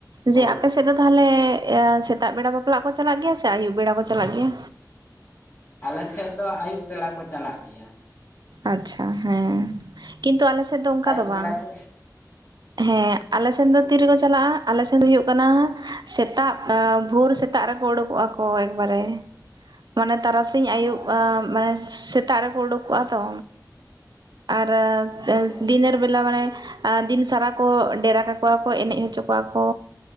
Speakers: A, on the left; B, on the right.
A: ᱦᱳᱭ
B: ᱡᱮ ᱟᱯᱮ ᱥᱮᱫ ᱫᱚ ᱛᱟᱦᱚᱞᱮᱼᱼ ᱥᱮᱛᱟᱜ ᱵᱮᱲᱟ ᱵᱟᱯᱞᱟᱜ ᱠᱚ ᱪᱟᱞᱟᱜ ᱜᱮᱭᱟ ᱥᱮ ᱟᱹᱭᱩᱵ ᱵᱮᱲᱟ ᱠᱚ ᱪᱟᱞᱟᱜ ᱜᱮᱭᱟ᱾
A: ᱟᱞᱮᱥᱮᱫ ᱫᱚ ᱟᱹᱭᱩᱵ ᱵᱮᱲᱟ ᱠᱚ ᱪᱟᱞᱟᱜ ᱜᱮᱭᱟ᱾
B: ᱟᱪᱪᱷᱟ ᱦᱮᱸ ᱠᱤᱱᱛᱩ ᱟᱞᱮ ᱥᱮᱫ ᱫᱚ ᱚᱱᱠᱟ
A: ᱟᱹᱭᱩᱵ
B: ᱫᱚ
A: ᱵᱮᱲᱟ
B: ᱵᱟᱝ᱾
A: ᱠᱚ
B: ᱦᱮᱸ ᱟᱞᱮᱥᱮᱱ ᱫᱚ ᱛᱤᱨᱮᱠᱚ ᱪᱟᱞᱟᱜᱼᱟ ᱟᱞᱮᱥᱮᱱ ᱫᱚ ᱦᱩᱭᱩᱜ ᱠᱟᱱᱟ ᱥᱮᱛᱟᱜ ᱵᱷᱳᱨ ᱥᱮᱛᱟᱜ ᱨᱮᱠᱚ ᱩᱰᱩᱠᱚᱜᱼᱟ ᱠᱚ ᱮᱠᱵᱟᱨᱮ
A: <inaudible>
B: ᱢᱟᱱᱮ ᱛᱟᱨᱟᱥᱤᱧ ᱟᱹᱭᱩᱵ
A: ᱚ
B: ᱢᱟᱱᱮ ᱥᱮᱛᱟᱜ ᱨᱮᱠᱚ ᱩᱰᱩᱠᱚᱜᱼᱟ᱾ ᱛᱚ ᱟᱨ
A: ᱦᱳᱭ
B: ᱫᱤᱱᱮᱨ ᱵᱮᱞᱟ ᱢᱟᱱᱮᱼᱼ ᱫᱤᱱ ᱥᱟᱨᱟ ᱠᱚ ᱰᱮᱨᱟ ᱠᱟᱠᱚᱣᱟ ᱠᱚ ᱮᱱᱮᱡ ᱦᱚᱪᱚ ᱠᱚᱣᱟ ᱠᱚ